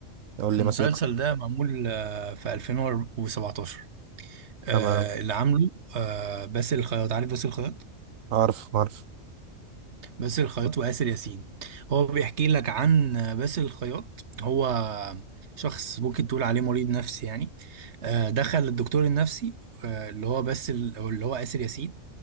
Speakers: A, on the right; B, on the right.
A: قول لي
B: المسلسل
A: مثلا إيه؟
B: ده معمول آه في 2017 آه
A: تمام
B: اللي عامله آه باسل الخياط عارف باسل الخياط
A: عارف عارف
B: باسل الخياط وآسر ياسين هو بيحكي لك عن باسل الخياط هو شخص ممكن تقول عليه مريض نفسي يعني آه، دخل الدكتور النفسي آه، اللي هو باسل أو اللي هو آسر ياسين